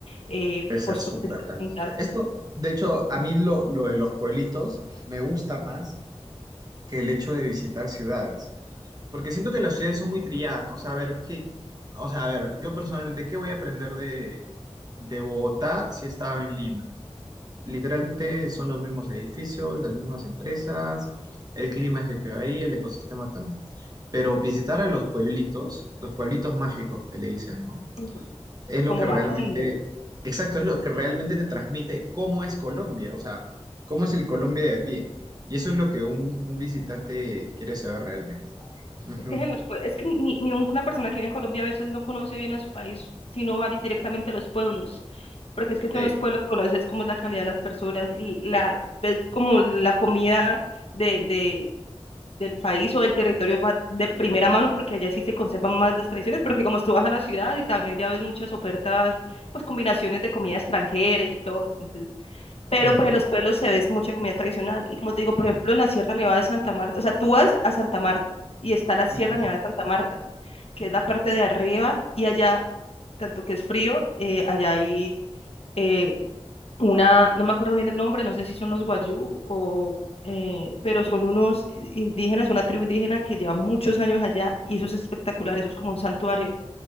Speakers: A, on the left; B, on the right.
A: eh,
B: debe ser
A: posturas
B: súper
A: distintas,
B: realmente. Esto, de hecho, a mí lo, lo de los pueblitos me gusta más que el hecho de visitar ciudades. Porque siento que las ciudades son muy trilladas, ¿no? O sea, a ver, ¿qué, o sea, a ver, yo personalmente, ¿qué voy a aprender de, de Bogotá si estaba en Lima? Literalmente son los mismos edificios, las mismas empresas, el clima es el que varía, el ecosistema también. Pero visitar a los pueblitos, los pueblitos mágicos que le dicen, ¿no?
A: Ujú.
B: Es lo
A: como
B: que realmente,
A: Macondo.
B: exacto, es lo que realmente te transmite cómo es Colombia, o sea, cómo es el Colombia de a pie. Y eso es lo que un, un visitante quiere saber realmente. Ujú,
A: Es que, se los pue- es que ni, ni una persona que vive en Colombia a veces no conoce bien a su país, sino va di- directamente a los pueblos, porque es que tú
B: sí.
A: en los pueblos conoces cómo es la calidad de las personas, l- la, ves como la comida de, de, del país o del territorio va de primera mano, porque allá sí se conservan más las tradiciones, porque como tú vas a la ciudad y también ya ves muchas ofertas, pues combinaciones de comida extranjera y todo, Pero
B: Ujú,
A: pues en los pueblos se ve mucha comida tradicional. Y como te digo, por ejemplo, en la Sierra Nevada de Santa Marta, o sea, tú vas a Santa Marta y está la Sierra
B: ujú,
A: Nevada de Santa Marta, que es la parte de arriba y allá, tanto que es frío, eh, allá hay eh, una, no me acuerdo bien el nombre, no sé si son los Guayú o, eh, pero son unos indígenas, una tribu indígena que lleva muchos años allá y eso es espectacular, eso es como un santuario